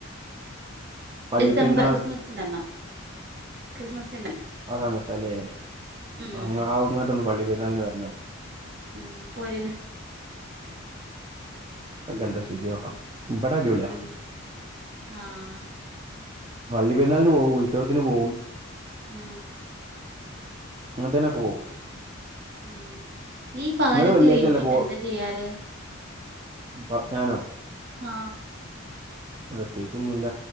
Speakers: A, on the right; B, on the right.
A: പള്ളി
B: ഡിസംബർ
A: പെരുന്നാൾ
B: ക്രിസ്മസിന്റെന്നാ ക്രിസ്മസ്
A: ആ സമയത്ത ലേ
B: ഉം
A: അ ആ അങ്ങോട്ടൊന്ന് പള്ളി പെര്ന്നാള്ന് വെര്ണം
B: ഉം പോര്
A: <unintelligible>
B: ഉം ഉം ആഹ്
A: പള്ളി പെരുന്നാളിന് പോവും ഉത്സവത്തിന് പോവും
B: ആ
A: അങ്ങൻതേനൊക്കെ പോം
B: ഉം നീ പകലൊക്കെ
A: നിങ്ങള് വെള്ളിയാഴ്ചല്ലേ
B: ഇരിക്കുമ്പോ
A: പോ
B: എന്താ ചെയ്യാറ്
A: പ ഞാനോ
B: ആ
A: പ്രത്യേകിച്ചൊന്നുല്ല